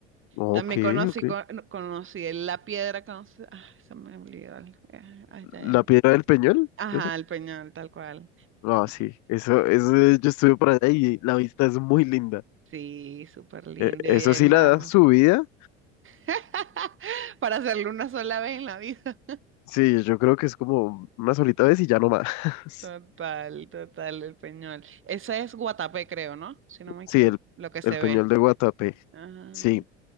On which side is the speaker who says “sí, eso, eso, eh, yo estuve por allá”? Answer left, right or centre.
Left